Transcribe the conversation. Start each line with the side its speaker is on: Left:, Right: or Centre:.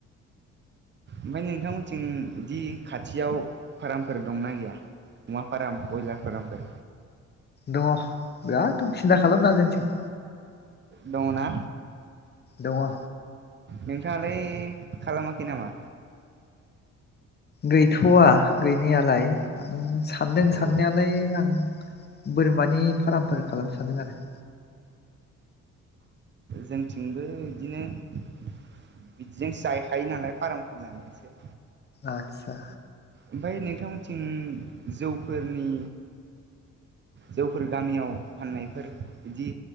Right: ओमफाय नोंथांमोनथिं दि खाथियाव फार्मफोर दंना गैया? अमा फाराम बयलार फारामफोर
Left: दं बिराद दं सिन्था खालामनाङा जोंनिथिं
Right: दङना?
Left: दङो
Right: नोंथाङालाय खालामाखै नामा?
Left: गैथ'आ गैनायालाय आं सानदों
Right: अ
Left: साननायालाय आं बोरमानि फार्मफोर खालामनो सानदों आरो
Right: जोंथिंबो इदिनो बिदिजोंसो जाखायो नालाय फार्म खुलिनानैसो
Left: आदसा
Right: ओमफ्राय नोंथांमोनथिं जौफोरनि जौफोर गामियाव फाननायफोर इदि